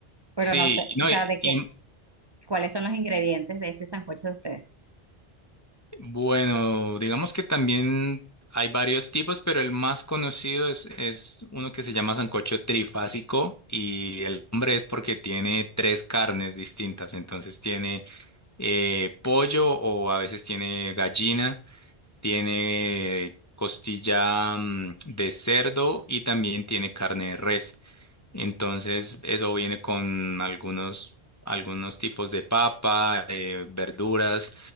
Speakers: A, on the right; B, on the left.
A: pero
B: sí,
A: no sé,
B: no,
A: o sea,
B: y,
A: de
B: y-
A: qué, cuáles son los ingredientes de ese sancocho de ustedes.
B: Bueno, digamos que también hay varios tipos, pero el más conocido es, es uno que se llama sancocho trifásico y el nombre es porque tiene tres carnes distintas. Entonces tiene eh, pollo o a veces tiene gallina, tiene costilla mm, de cerdo y también tiene carne de res. Entonces, eso viene con algunos, algunos tipos de papa, eh, verduras.